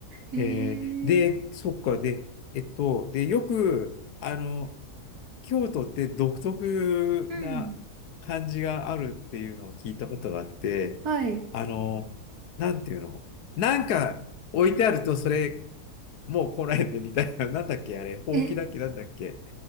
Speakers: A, on the right; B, on the left.
A: へえ、
B: う。えーで、そっか、で、えっと、で、よく、あの、京都って独特な感じがあるっていうのを聞いたことがあって、
A: うん。はい。
B: あの、なんていうの、なんか置いてあると、それ、もう来ないでみたいな、<laughs> なんだっけ、あれ、ほうきだっけ、
A: え、
B: なんだっけ、